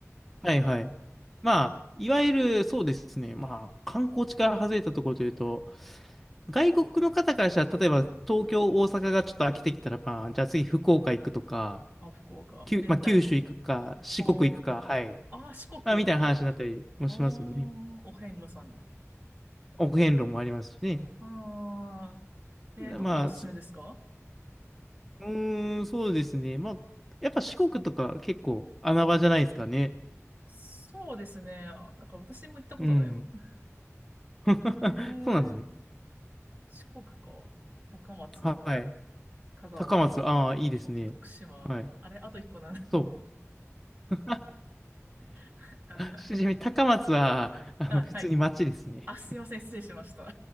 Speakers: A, in the centre; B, on the right (about 35°).
A: はい、はい。まあ、いわゆる、そうですね。まあ、観光地から外れたところというと、外国の方からしたら、例えば東京、大阪がちょっと飽きてきたら、まあ、じゃあ次福岡行くとか、
B: あ、福岡、
A: きゅ、
B: 明太子。
A: まあ、九州行くか、四国行くか、
B: は
A: はい。
B: あ。あ、四国。
A: まあ、みたいな話になったりもしますよね。
B: ああ、お遍路さん。
A: お遍路もありますしね。
B: ああ。えーどこがおすすめですか
A: まあ、そ、うーん、そうですね。まあ、やっぱ四国とか結構穴場じゃないですかね。
B: そうですね。あなんか私も行ったことないわ。
A: うん。
B: <laughs> えー、
A: <laughs> そうなんですね。
B: 四国か。高松、
A: はい。
B: 香川、
A: 高松、ああ、いいですね。
B: と徳島。
A: はい。
B: あれ、あと一個なんだ。
A: そう。<laughs>
B: <laughs> あー、
A: ちなみに高松は、あの、
B: あ、
A: 普通に町ですね。
B: はい。あ、すいません。失礼しました。<laughs>